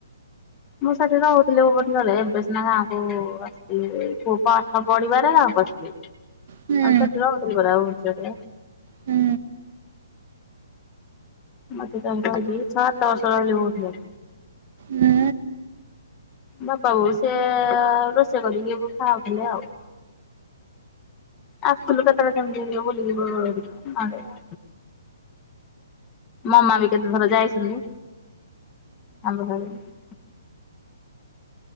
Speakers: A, on the left; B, on the right.
A: ମୁଁ ସେଇଠି ରହୁଥିଲି ଭୁବନେଶ୍ବରରେ। ଏବେ ସିନା ଗାଁକୁ ଆସ୍ ସିଲି। ପୁଅ ପାଠ ପଢିବା <unintelligible> ଗାଁକୁ ଆସିଲି।
B: ହୁଁ
A: ଆମେ ସେଇଠି ରହୁଥିଲୁ ପରା ଭୁବନେଶ୍ବରରେ।
B: ହୁଁ
A: ମତେ ତାଙ୍କ <unintelligible> ସାତ ବର୍ଷ <unintelligible>
B: ହୁଁ।
A: ବାପା ବୋଉ ସେ ଅଁ ରୋଷେଇ କରିକି ଖାଉଥିଲେ ଆଉ। ଆସୁଥିଲୁ କେତେବେଳେ କେମିତି ବୁଲିକି ପଳଉ। <unintelligible> ମାମା ବି କେତେଥର ଯାଇଛନ୍ତି ଆମ। <unintelligible>